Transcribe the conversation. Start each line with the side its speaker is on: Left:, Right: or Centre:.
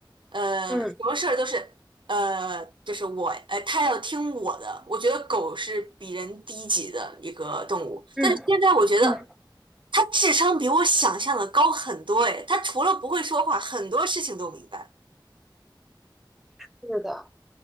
Right: 呃，
Centre: 嗯
Right: 什么事儿都是呃，就是我呃，它要听我的。我觉得狗是比人低级的一个动物，
Centre: 嗯嗯，
Right: 但是现在我觉得它智商比我想象的高很多。哎，它除了不会说话，很多事情都明白。
Centre: 是的。